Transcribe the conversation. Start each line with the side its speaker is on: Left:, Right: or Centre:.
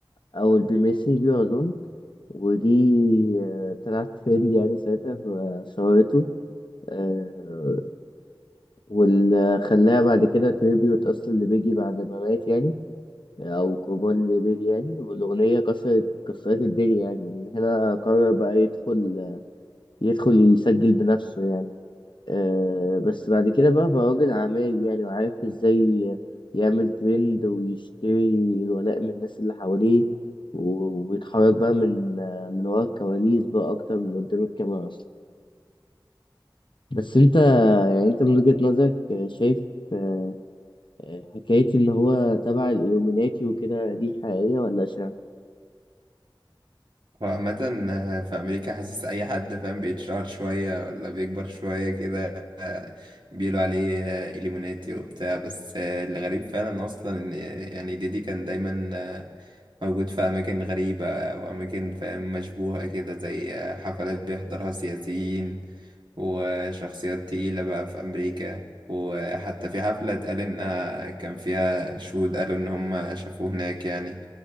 Left: I will be missing you أظن ودي آه، طلعت ترند يعني ساعتها فشهرته آه، واللي خلاها بعد كده تريبيوت أصلا لبيجي بعد ما مات يعني او كومان ريبيري يعني والاغنيه كسرت كسرت الدنيا يعني ومن هنا قرر بقى يدخل يدخل يسجل بنفسه يعني أه بس بعد كده بقى بقى راجل اعمال يعني وعارف ازاي يعمل ترند ويشتري الولاء من الناس اللي حواليه و- ويتحرك بقى من آه، من ورا الكواليس بقى اكتر من قدام الكاميرا اصلا بس انت يعني انت من وجهة نظرك آه، شايف آه، آه، حكاية إن هو تبع الإلluminati وكده دي حقيقية ولا شايف؟
Right: هو عامة في أمريكا حاسس أي حد فاهم بيتشهر شوية ولا بيكبر شوية كده بيقولوا عليه إليموناتي وبتاع بس الغريب فعلا أصلا إن يعني ديدي كان دايما موجود في أماكن غريبة وأماكن فاهم مشبوهة كده زي حفلات بيحضرها سياسيين وشخصيات تقيلة بقى في أمريكا وحتى في حفلة اتقال إنها كان فيها شهود قالوا إن هم شافوه هناك يعني